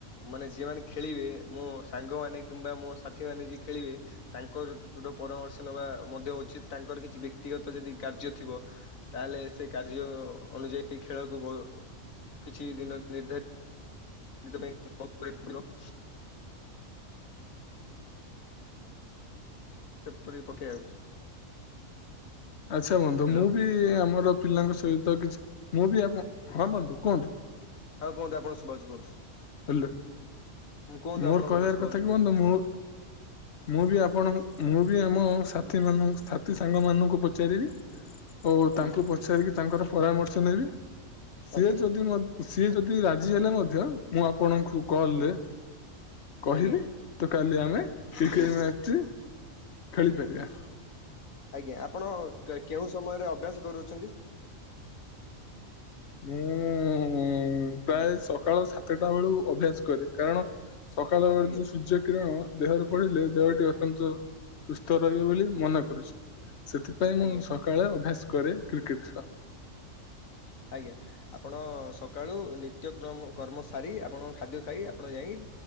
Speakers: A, on the left (about 80°); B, on the left (about 55°).
A: ମାନେ, ଯିଏ ମାନେ ଖେଳିବେ, ମୋ ସାଙ୍ଗମାନେ କିମ୍ବା ମୋ ସାଥି ମାନେ ଯିଏ ଖେଳିବେ। ତାଙ୍କରଟ ପରାମର୍ଶ ନେବା ମଧ୍ୟ ଉଚିତ୍। ତାଙ୍କର କିଛି ବ୍ୟକ୍ତିଗତ ଯଦି କାର୍ଯ୍ୟ ଥିବ। ତାହେଲେ, ସେ କାର୍ଯ୍ୟ ଅନୁଯାୟୀ ଖେଳକୁ କିଛି ଦିନ ନିର୍ଦ୍ଧାରିତ- <inaudible> <inaudible> ପକେଇବାକୁ।
B: ଆଚ୍ଛା ବନ୍ଧୁ,
A: ହ୍ୟାଲୋ
B: ମୁଁ ବି ଆମର ପିଲାଙ୍କ ସହିତ କିଛି ମୁଁ ବି, ଆପଣ ହଁ, ବନ୍ଧୁ କୁହନ୍ତୁ।
A: ହଁ, କୁହୁନ୍ତୁ। <unintelligible> କୁହନ୍ତୁ।
B: ହ୍ୟାଲୋ।
A: କୁହନ୍ତୁ
B: ମୋର
A: ଆପଣଙ୍କ
B: କହିବାର
A: ଶୁଭାଉଛି
B: କଥା
A: କୁହନ୍ତୁ
B: କି, ବନ୍ଧୁ ମୁଁ ମୁଁ ବି ଆପଣ ମୁଁ ବି ଆମ ସାଥିମାନଙ୍କୁ, ସାଥି ସାଙ୍ଗମାନଙ୍କୁ ପଚାରିବି। ଓ,
A: ଆଜ୍ଞା
B: ତାଙ୍କୁ ପଚାରିକି ତାଙ୍କର ପରାମର୍ଶ ନେବି। ସିଏ
A: ଆଜ୍ଞା
B: ଯଦି ସିଏ ଯଦି ରାଜି ହେଲେ, ମଧ୍ୟ ମୁଁ ଆପଣଙ୍କୁ କଲ୍
A: ଆଜ୍ଞା
B: ରେ କହିବି
A: ଆଜ୍ଞା
B: ତ, କାଲି ଆମେ କ୍ରିକେଟ
A: ଆଜ୍ଞା।
B: ମ୍ୟାଚ ଖେଳିପାରିବା।
A: ଆଜ୍ଞା, ଆପଣ କେଉଁ ସମୟରେ ଅଭ୍ୟାସ କରୁଛନ୍ତି?
B: ମୁଁ ପ୍ରାୟ ସକାଳ ସାତଟା ବେଳୁ ଅଭ୍ୟାସ କରେ, କାରଣ ସକାଳ <unintelligible>
A: ଆଜ୍ଞା
B: ଯୋଉ ସୂର୍ଯ୍ୟ କିରଣ ଦେହରେ ପଡ଼ିଲେ, ଦେହଟି
A: ଆଜ୍ଞା
B: ଅତ୍ୟନ୍ତ ସୁସ୍ଥ ରହିବେ ବୋଲି ମନା କରୁଛି। ସେଥିପାଇଁ
A: ଆଜ୍ଞା
B: ମୁଁ ସକାଳେ ଅଭ୍ୟାସ କରେ କ୍ରିକେଟ ଖେଳ।
A: ଆଜ୍ଞା। ଆପଣ ସକାଳୁ ନିତ୍ୟକ୍ରମ କର୍ମ ସାରି, ଆପଣ ଖାଦ୍ୟ ଖାଇ ଆପଣ ଯାଇ